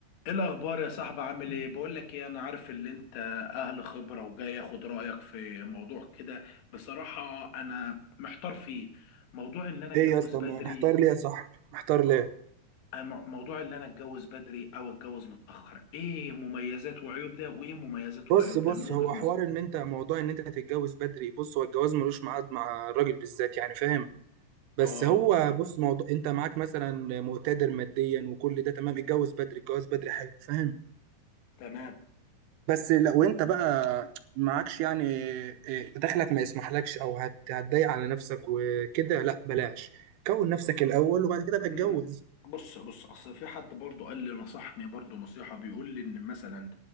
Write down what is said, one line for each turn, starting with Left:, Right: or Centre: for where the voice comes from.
Left: ايه الاخبار يا صاحبي عامل ايه بقول لك ايه انا عارف ان انت اهل خبره وجاي اخد رايك في موضوع كده بصراحه انا محتار فيه موضوع ان انا اتجوز
Right: ايه يا اسطى
Left: بدري
Right: ما- محتار ليه يا صاحبي محتار ليه
Left: أم- موضوع ان انا اتجوز بدري او اتجوز متاخر ايه مميزات وعيوب ده وايه مميزات وعيوب
Right: بص بص
Left: ده من وجهه
Right: هو
Left: نظر
Right: حوار ان انت موضوع ان انت هتتجوز بدري بص هو الجواز ملوش ميعاد مع الراجل بالذات يعني فاهم بس
Left: اه
Right: هو
Left: فاهم
Right: بص موضوع انت معاك مثلا مقتدر ماديا وكل ده تمام اتجوز بدري اتجوز بدري حلو فاهم
Left: تمام
Right: بس لو انت بقى معكش يعني إيه، دخلك ما يسمحلكش او هت- هتضايق على نفسك وكده لا بلاش كون نفسك الاول وبعد كده بقى
Left: مم.
Right: اتجوز
Left: بص بص اصل في حد برضو قال لي نصحني برضو نصيحة بيقول لي ان مثلا